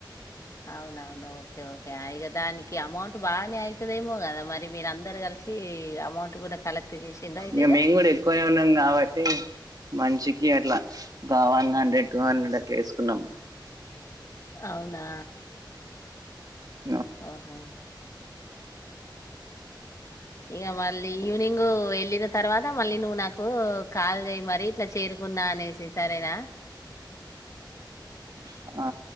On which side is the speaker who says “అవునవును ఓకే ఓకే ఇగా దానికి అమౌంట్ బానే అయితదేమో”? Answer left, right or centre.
Left